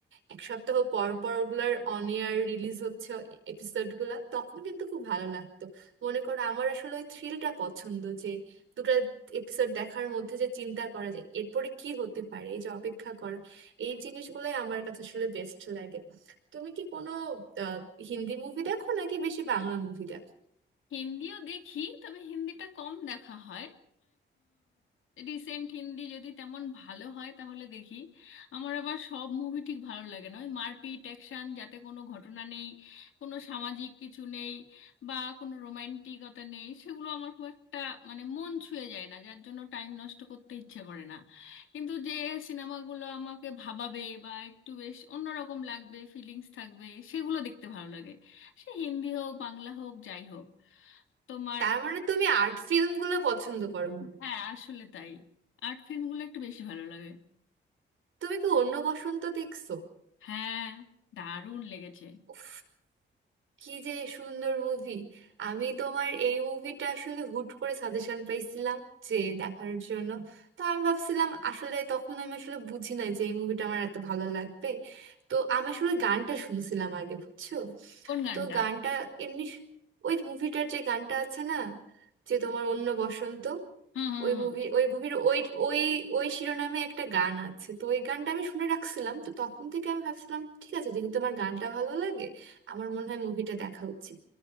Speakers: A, on the right (about 75°); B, on the left (about 80°).
A: এক সপ্তাহ পর পর ওগুলার অন এয়ার রিলিজ হচ্ছে এপিসোডগুলা তখন কিন্তু খুব ভালো লাগতো মনে করো আমার আসলে ওই থ্রিলটা পছন্দ যে দুটো এপিসোড দেখার মধ্যে যে চিন্তা করা যায় এরপরে কি হতে পারে এই যে অপেক্ষা করা এই জিনিসগুলোই আমার কাছে আসলে বেস্ট লাগে তুমি কি কোনো আহ, হিন্দি মুভি দেখো নাকি বেশি বাংলা মুভি দেখো
B: হিন্দিও দেখি তবে হিন্দিটা কম দেখা হয় রিসেন্ট হিন্দি যদি তেমন ভালো হয় তাহলে দেখি আমার আবার সব মুভি ঠিক ভালো লাগে না ওই মারপিট অ্যাকশন যাতে কোনো ঘটনা নেই কোনো সামাজিক কিছু নেই বা কোনো রোম্যান্টিকতা নেই সেগুলো আমার খুব একটা মানে মন ছুঁয়ে যায় না যার জন্য টাইম নষ্ট করতে ইচ্ছে করে না কিন্তু যে সিনেমাগুলো আমাকে ভাবাবে বা একটু বেশ অন্যরকম লাগবে ফিলিংস থাকবে সেগুলো দেখতে ভালো লাগে সে হিন্দি হোক বাংলা হোক যাই হোক তোমার
A: তার মানে তুমি আর্ট ফিল্মগুলো পছন্দ করো মনে
B: হ্যাঁ
A: হয়
B: আসলে তাই আর্ট ফিল্মগুলো একটু বেশি ভালো লাগে
A: তুমি কি অন্য বসন্ত দেখছো
B: হ্যাঁ দারুণ লেগেছে
A: উফ কি যে সুন্দর মুভি আমি তোমার এই মুভিটা আসলে হুট করে সাজেশন পাইছিলাম যে দেখার জন্য তো আমি ভাবছিলাম আসলে তখন আমি আসলে বুঝি নাই যে এই মুভিটা আমার এত ভালো লাগবে তো আমি আসলে গানটা শুনছিলাম আগে বুঝছো
B: কোন গানটা
A: তো গানটা এমনি স- ওই মুভিটার যে গানটা আছে না যে তোমার অন্য বসন্ত
B: হুম হুম
A: ওই
B: হুম
A: মুভি ওই মুভির ওই ওই ওই শিরোনামে একটা গান আছে তো ওই গানটা আমি শুনে রাখছিলাম তো তখন থেকে আমি ভাবছিলাম ঠিক আছে যেহেতু আমার গানটা ভালো লাগে আমার মনে হয় মুভিটা দেখা উচিত